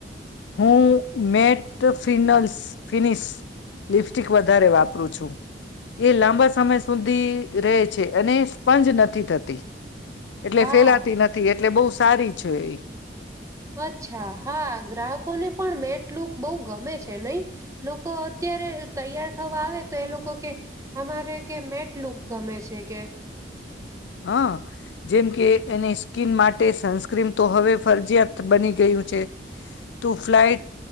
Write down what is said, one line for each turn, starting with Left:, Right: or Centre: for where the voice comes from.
Left: હું મેં... ટિફિનલ્સ ફિનિશ લિપસ્ટિક વધારે વાપરું છું, એ લાંબા સમય સુધી રે... છે અને સ્પંજ નથી થતી, એટલે
Right: હા
Left: ફેલાતી નથી, એટલે બહુ સારી છે એ.
Right: અચ્છા હા ગ્રાહકોને પણ મેટલુક... બઉ ગમે છે નઈ. લોકો અત્યારે તૈયાર થવા આવે તો એ લોકો કે અમારે કે મેટ લુક ગમે છે કે...
Left: હ જેમ કે એની સ્કિન માટે સનસ્ક્રીન તો હવે ફરજીયાત બની ગયું છે. તું ફ્લાઇટ